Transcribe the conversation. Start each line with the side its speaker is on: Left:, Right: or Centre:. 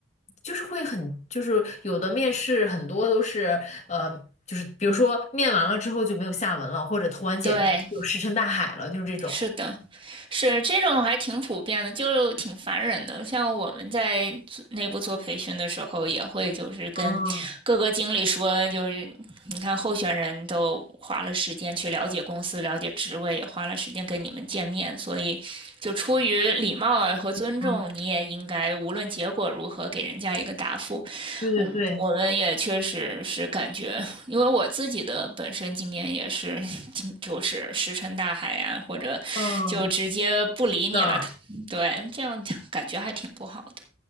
Left: 就是会很，就是有的面试很多都是，呃，就是比如说面完了之后就没有下文了，或者投完简历就石沉大海了，
Right: 对，
Left: 就是这种。
Right: 是的，是这种还挺普遍的，就挺烦人的。像我们在内部做培训的时候，也会就是跟各个经理说，
Left: 嗯
Right: 就是你看候选人都花了时间去了解公司、了解职位，也花了时间跟你们见面，所以就出于礼貌啊和尊重，
Left: 嗯，
Right: 你也应该无论结果如何给人家一个答复。
Left: 对对对，
Right: 嗯，我们也确实是感觉，因为我自己的本身经验也是，<laughs> 就是石沉大海呀、啊或者就直接不理你了。
Left: 嗯，是的。
Right: 对，这样感觉还挺不好的。